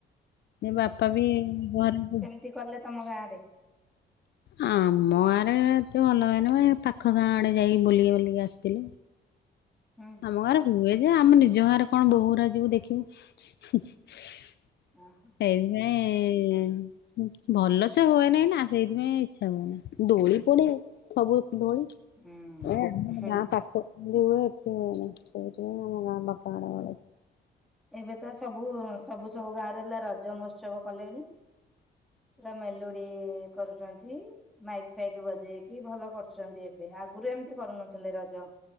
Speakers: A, on the left (about 60°); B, in the centre.
A: ଇଏ ବାପା ବି ଘରକୁ
B: ତି କଲେ ତମ ଗାଁରେ।
A: ଆମ ଗାଁରେ ଏତେ ଭଲ ହୁଏନି ମ ଏ ପାଖ ଗାଁ ଆଡେ ଯାଇକି ବୁଲିକି ବୁଲିକି ଆସିଥିଲୁ।
B: ହୁଁ
A: ଆମ ଗାଁ ରେ ହୁଏ ଯେ ଆମେ ନିଜ ଗାଁ ରେ କଣ ବୋହୂ ଉରା ଯିବୁ ଦେଖିବୁ। ସେଇଥି
B: ଓହୋ
A: ପାଇଁ ଭଲ ସେ ହୁଏ ନାଇଁ ନା ସେଇଥିପାଇଁ ଇଚ୍ଛା ହୁଏ ନି ଦୋଳି ପଡେ ସବୁ ଦୋଳି
B: ହୁଁ
A: ଏ
B: ହୁଁ
A: ଗାଁ ପାଖ ଯୋଉ ହୁଏ। ସେଠି ହୁଏନି ସେଇଥିପାଇଁ ଆମ ଗାଁ ପାଖ ଆଡ଼େ ବେଳେ
B: ଏବେ ତ ସବୁ ସବୁ ସବୁ ଗାଁରେ ହେଲା ରଜ ମହୋତ୍ସବ କଲେଣି। ପୁରା ମେଲୋଡି କରୁଚନ୍ତି। ମାଇକ୍ ଫାଇକ୍ ବଜେଇକି ଭଲ କରୁଚନ୍ତି ଏବେ ଆଗରୁ ଏମିତି କରୁନଥିଲେ ରଜ।